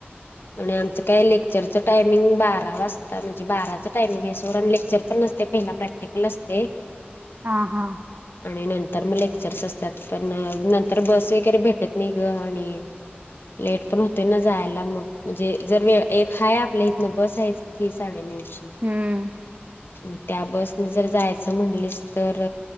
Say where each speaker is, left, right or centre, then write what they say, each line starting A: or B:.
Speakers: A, on the left (about 65°); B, on the right (about 45°).
A: आणि आमचं काय लेक्चरचं टायमिंग बारा वाजता म्हणजे बाराचं टायमिंग आहे सोडं आणि लेक्चर... पण नते पहिला प्रॅक्टिकल असते.
B: हा हा.
A: आणि नंतर मग लेक्चर्स असतात पण नंतर बस वगैरे भेटत नाही ग आणि.. लेट पण होते ना जायला मग. म्हणजे जर वेळ एक हा आपल्या इथन बस आहे ती साडे नऊची.
B: हम्म
A: मग त्या बसन जर जायचं म्हणलीस तर..